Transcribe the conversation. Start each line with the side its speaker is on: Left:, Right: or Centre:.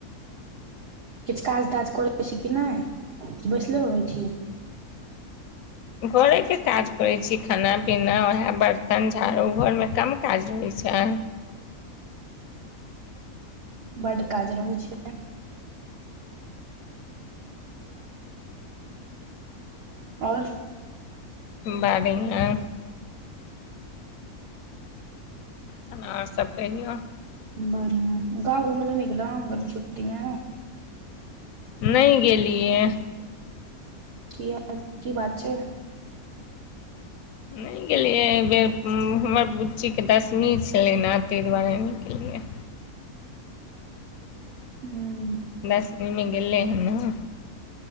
Right: किछ काज-ताज करय छी कि नइ, कि बैठले रहय छी।
Left: घरेके काज करै छी, खाना-पीना उहे बर्तन झाड़ू, घर में कम काज रहै छैय।
Right: बड्ड काज रहै छैय। आओर।
Left: बारी के। तखन आओर सब कहियौ।
Right: बढ़िया, गाँव घूमय ले नहि गेलहुँ गरमी छुट्टी में।
Left: नहि गेलियै।
Right: किये, की बात छैय।
Left: नहि गेलियै अहि बेेर, हमर बुच्चीके दसमी छलै ने ताहि दुआरे नहि गेलियै।
Right: हूँ।
Left: दसमी में गेलै हें न।